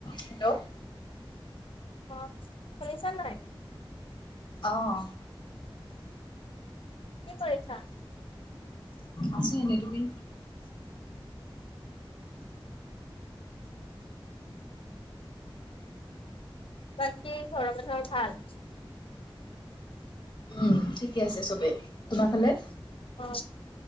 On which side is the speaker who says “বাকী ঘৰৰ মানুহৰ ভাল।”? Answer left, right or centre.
Left